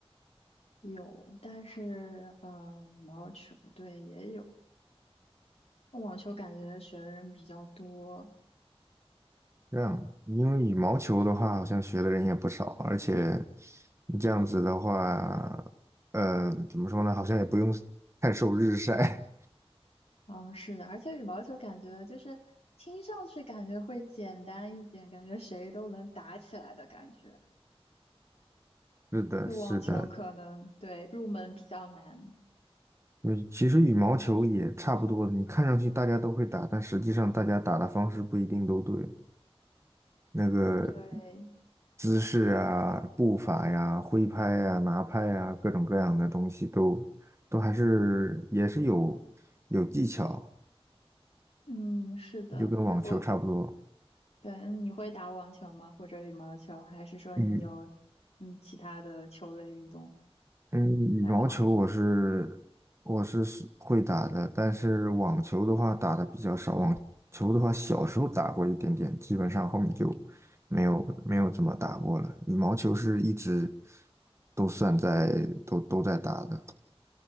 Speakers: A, on the left; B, on the right.
A: 有，但是嗯，呃羽毛球对也有，网球感觉学的人比较多，
B: 这样，因为羽毛球的话，好像学的人也不少，而且你这样子的话，呃，怎么说呢？好像也不用 <laughs> 太受日晒。
A: 哦，是的，而且羽毛球感觉就是听上去感觉会简单一点，感觉谁都能打起来的感觉。
B: <laughs> 是的，
A: 就网球可能对入门比较难。
B: 是的，嗯，其实羽毛球也差不多，你看上去大家都会打，但实际上大家打的方式不一定都对，那个
A: 对，
B: 姿势啊、步伐呀、挥拍呀、拿拍呀，各种各样的东西都都还是也是有有技巧，
A: 嗯，是的，
B: 就跟网球差不多。
A: 我对，你会打网球吗？或者羽毛球？还是说你有嗯其他的球类运动
B: 羽嗯，羽毛球我是我是是会打的，
A: 爱好？
B: 但是网球的话打的比较少。网球的话，小时候打过一点点，基本上后面就没有没有怎么打过了。羽毛球是一直都算在都都在打的。